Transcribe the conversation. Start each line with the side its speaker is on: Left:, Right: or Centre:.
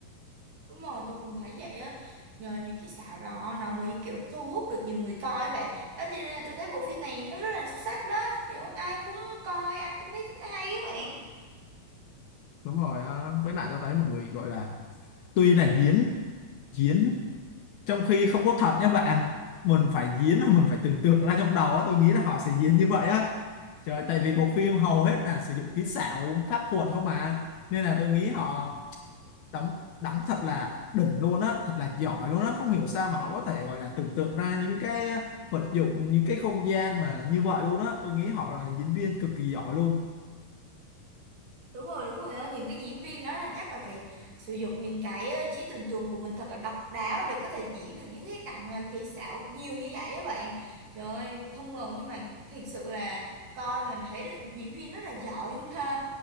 Right: Đúng rồi, tôi cũng thấy vậy á. Nhờ những cái xạo đó nó mới kiểu thu hút được nhiều người coi các bạn. Đó cho nên là tôi thấy bộ phim này nó rất là xuất sắc đó. Kiểu ai cũng coi, ai cũng thấy thích hay các bạn.
Left: đúng rồi ờ, với lại tôi thấy mọi người gọi là tuy là diễn diễn trong khi không có thật nha bạn mình phải diễn và mình phải tưởng tượng ra trong đầu á tôi nghĩ là họ sẽ diễn như vậy á trời tại vì
Right: Ừ.
Left: bộ phim hầu hết là sử dụng kỹ xảo pháp thuật không mà nên là tôi nghĩ họ đóng đóng thật là đỉnh luôn á thật là giỏi luôn á không hiểu sao mà họ có thể gọi là tưởng tượng ra những cái vật dụng những cái không gian mà như vậy luôn á tôi nghĩ họ là diễn viên cực kỳ giỏi luôn
Right: đúng rồi đúng rồi á những cái diễn viên đó là chắc là phải sử dụng những cái ờ, trí tưởng tượng của mình thật là độc đáo để có thể diễn được những cái cảnh mà kỹ xảo nhiều như vậy á bạn trời ơi không ngờ nhưng mà thiệt sự là coi mình thấy được diễn viên rất là giỏi ha